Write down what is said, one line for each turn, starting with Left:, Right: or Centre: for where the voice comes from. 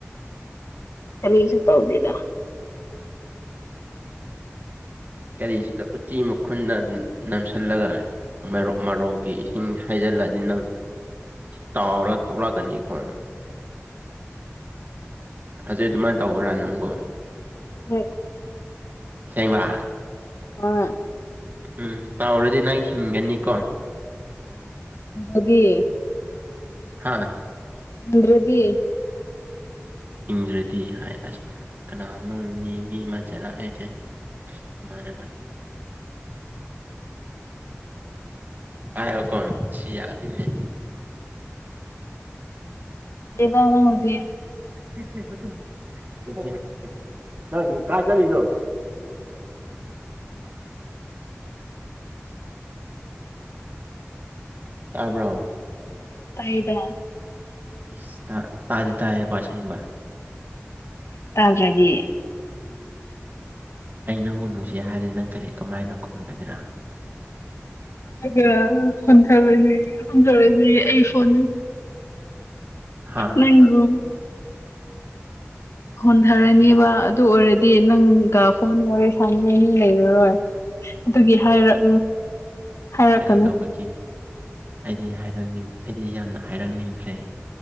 Left: ꯀꯔꯤꯁꯨ ꯇꯧꯗꯦꯗ
Right: ꯀꯔꯤꯁꯨ ꯎꯆꯤ ꯃꯈꯨꯟꯗ ꯅꯝꯁꯤꯜꯂꯒ ꯃꯔꯣꯛ ꯏꯁꯤꯡ ꯍꯩꯖꯤꯜꯂꯛꯑꯗꯤ ꯅꯪ ꯇꯥꯎꯔ ꯊꯣꯛꯂꯛꯒꯅꯤꯒꯣ ꯑꯁꯤ ꯑꯗꯨꯃꯥꯏꯅ ꯇꯧꯑꯣꯔ ꯅꯪꯕꯨ
Left: ꯍꯣꯏ
Right: ꯑꯁꯦꯡꯕ
Left: ꯍꯣꯢ
Right: ꯎꯝ ꯇꯥꯎꯔꯗꯤ ꯅꯪ ꯍꯤꯡꯒꯅꯤꯀꯣ
Left: ꯑꯗꯨꯗꯤ
Right: ꯍꯥꯥ
Left: ꯍꯤꯡꯗꯔꯗꯤ
Right: ꯍꯤꯡꯗ꯭ꯔꯗꯤ ꯍꯥꯏ ꯑꯁ ꯀꯅꯥ ꯑꯃ ꯃꯤ ꯃꯤ ꯑꯃ ꯆꯠꯂꯛꯑꯦꯍꯦ ꯢꯃꯥꯟꯅꯕ ꯄꯥꯢꯌꯨꯒꯣ ꯁꯤ ꯌꯥꯗꯦꯅꯦ
Left: ꯗꯅ ꯍꯧꯗꯤ <unintelligible>
Right: ꯀ ꯑꯗꯨ <unintelligible> ꯅꯪ ꯀꯥꯏ ꯆꯠꯂꯤꯅꯣ ꯇꯥꯕ꯭ꯔꯣ
Left: ꯑꯩꯔꯣ
Right: ꯏꯁ ꯇꯥꯗꯤ ꯇꯥꯔꯦꯀꯣ ꯑꯁꯦꯡꯕ
Left: ꯇꯥꯗ꯭ꯔꯗꯤ
Right: ꯑꯩ ꯅꯪꯕꯨ ꯅꯨꯡꯁꯤ ꯍꯥꯏꯔꯗꯤ ꯅꯪ ꯀꯔꯤ ꯀꯃꯥꯏꯅ ꯈꯨꯝꯒꯗ꯭ꯔꯥ
Left: ꯑꯗꯨꯒ ꯍꯣꯟꯊꯔꯣꯏꯅꯤ ꯍꯣꯟꯊꯔꯣꯏꯗꯤ ꯑꯩ ꯐꯣꯟ
Right: ꯍꯥ
Left: ꯅꯪꯕꯨ ꯍꯟꯙꯔꯅꯤꯕ
Right: ꯑꯩ
Left: <unintelligible> ꯑꯗꯨ ꯑꯣꯏꯔꯗꯤ ꯅꯪꯒ ꯐꯣꯟ ꯋꯥꯔꯤ ꯁꯥꯟꯅꯅꯤꯡꯉꯥꯏ ꯃꯤ ꯂꯩꯔꯔꯣꯏ ꯑꯗꯨꯒꯤ ꯍꯥꯏꯔꯛ ꯍꯥꯏꯔꯛꯀꯅꯨ
Right: ꯀꯔꯤ ꯇꯧꯕꯒꯤ ꯑꯩꯗꯤ ꯍꯥꯏꯔꯛꯅꯤꯡ ꯑꯩꯗꯤ ꯌꯥꯝꯅ ꯍꯥꯏꯔꯛꯅꯤꯡꯈ꯭ꯔꯦ